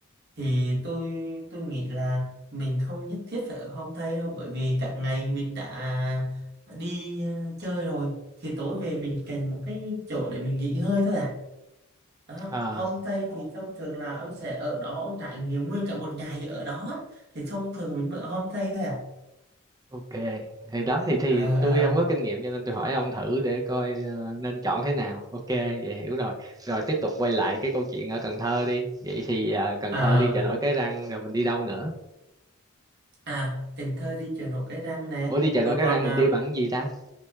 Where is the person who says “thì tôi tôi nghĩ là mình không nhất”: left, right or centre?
Right